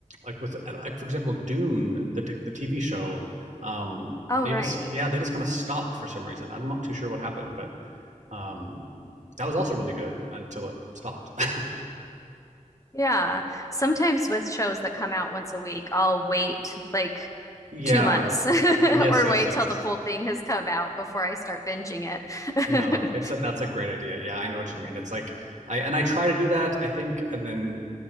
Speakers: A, on the right (about 60°); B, on the left (about 25°).
A: like with uh, like for example Dune, the t- the TV show. Um,
B: Oh,
A: they
B: right.
A: just yeah they just kind of stopped for some reason. I'm not too sure what happened, but um, that was also really good until it stopped. <laughs>
B: Yeah. Sometimes with shows that come out once a week, I'll wait like
A: Yeah.
B: two months <laughs>
A: Yes,
B: or
A: yes,
B: wait
A: yes.
B: till the full thing has come out before I start binging it.
A: No, it's a that's a great idea. Yeah, I know what you mean. It's like I and I try to do that, I think, and then